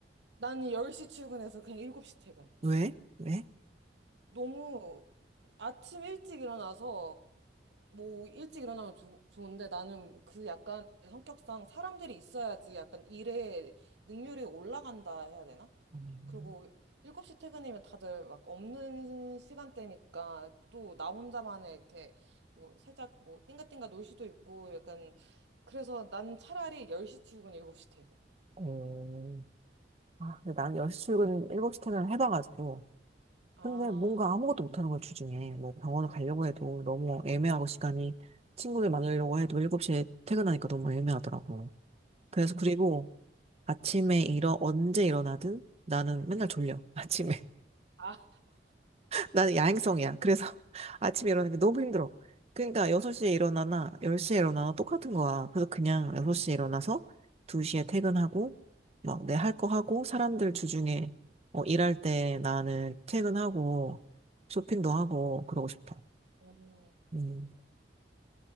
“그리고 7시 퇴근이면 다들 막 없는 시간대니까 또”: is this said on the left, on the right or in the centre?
Right